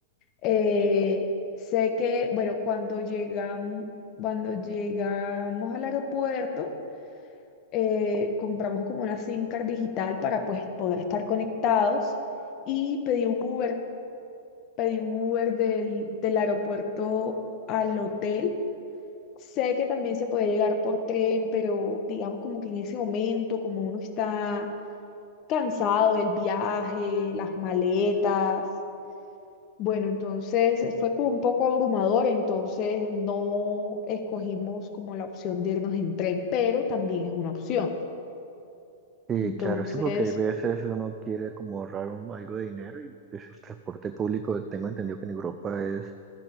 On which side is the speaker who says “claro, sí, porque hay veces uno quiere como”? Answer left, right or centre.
Right